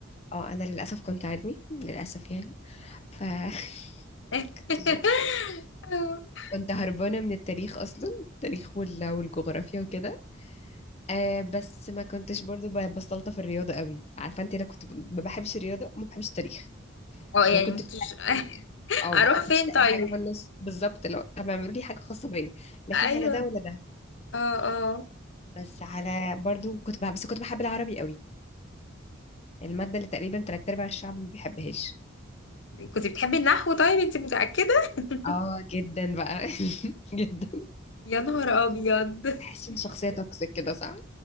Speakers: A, on the left (about 30°); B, on the left (about 65°).
A: اه انا للاسف كنت علمي للاسف يعني فكنت
B: <laughs>
A: <laughs> كنت كنت هربانه من التاريخ اصلا التاريخ وال- والجغرافيا وكده آه بس ما كنتش برضو ب- بستلطف في الرياضه قوي عارفه انت انا كنت ب- ما بحبش الرياضه وما بحبش التاريخ
B: اه
A: فما
B: يعني
A: كنتش
B: مكنتش <laughs>
A: اه
B: اروح
A: اه، ما
B: فين
A: كنتش لاقي
B: طيب
A: حاجه في النص بالظبط لو طب اعملوا لي حاجه خاصه بيا لا
B: ايوه
A: فيها لا ده ولا ده
B: اه اه
A: بس على برضو كنت بحب بس كنت بحب العربي قوي الماده اللي تقريبا تلات ارباع الشعب ما بيحبهاش
B: كنت بتحبي النحو طيب انت متاكده <laughs>
A: اه جدا بقى <laughs> جدا
B: يا نهار ابيض
A: تحسي ان شخصيه توكسيك كده صح